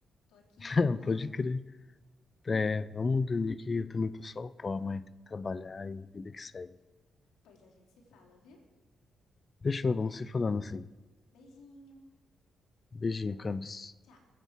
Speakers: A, on the left; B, on the left.
A: Tô aqui
B: <laughs>
A: enrolando.
B: Pode crer. É, vamos dormir que eu também tô só o pó, mas tem que trabalhar e vida que segue.
A: Pois a gente se fala, viu?
B: Fechou, vamos se falando assim.
A: Beijinho.
B: Beijinho, Camis.
A: Tchau.